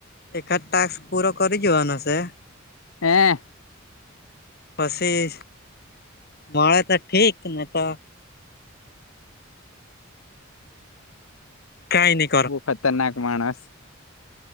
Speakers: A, on the left (about 50°); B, on the left (about 85°).
A: એખાદ ટાસ્ક પૂરો કરી જોવાનો સે.
B: હેં
A: પસી મળે તો ઠીક ને તો કાય ની.
B: બો ખતરનાક માણસ.